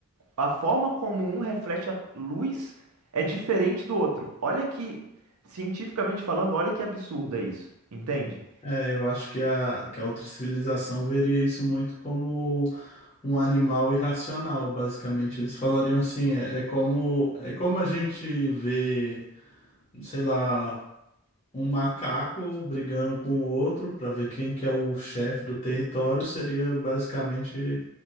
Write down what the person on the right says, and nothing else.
a forma como um reflete a luz é diferente do outro. Olha que, cientificamente falando, olha que absurdo é isso, entende?